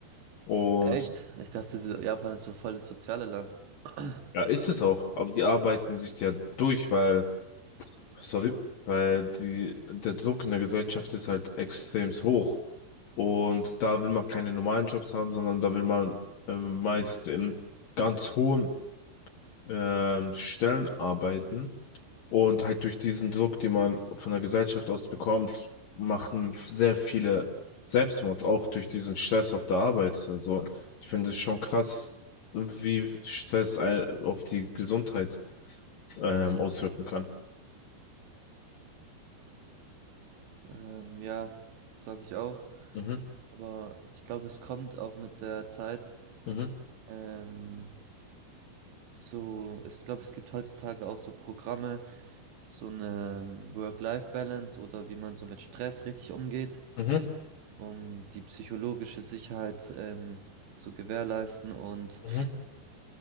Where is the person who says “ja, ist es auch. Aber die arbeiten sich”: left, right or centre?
Left